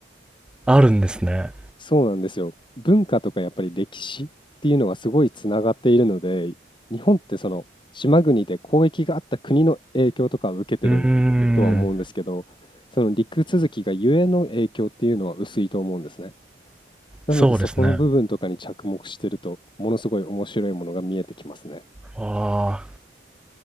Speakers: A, in the centre; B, on the left.
A: あるんですね。
B: そうなんですよ。文化とかやっぱり歴史っていうのがすごいつながっているので、日本ってその島国で交易があった国の影響とかを受けてるとは思うんですけど、
A: うーん。
B: その陸続きがゆえの影響っていうのは薄いと思うんですね。なのでそこの部分とかに着目してるとものすごい面白いものが見えてきますね。
A: そうですね。ああ、